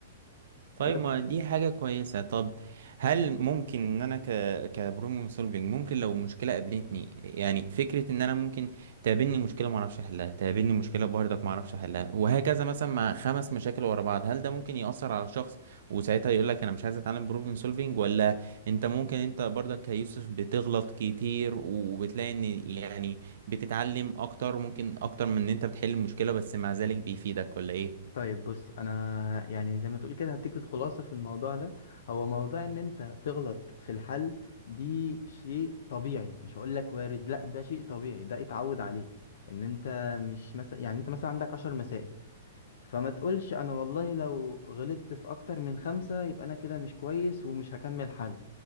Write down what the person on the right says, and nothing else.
طيب
ما دي حاجة كويسة طب هل ممكن ان انا ك كبروبلم سولفينج ممكن لو مشكلة قابلتني يعني فكرة ان انا ممكن تقابلني مشكلة ما اعرفش احلها تقابلني مشكلة برضك ما اعرفش احلها وهكذا مثلا مع خمس مشاكل ورا بعض هل ده ممكن يأثر على الشخص وساعتها يقول لك انا مش عايز اتعلم بروبلم سولفينج ولا انت ممكن انت برضك كيوسف بتغلط كتير وبتلاقي ان يعني بتتعلم اكتر ممكن اكتر من ان انت بتحل المشكلة بس مع ذلك بيفيدك ولا ايه؟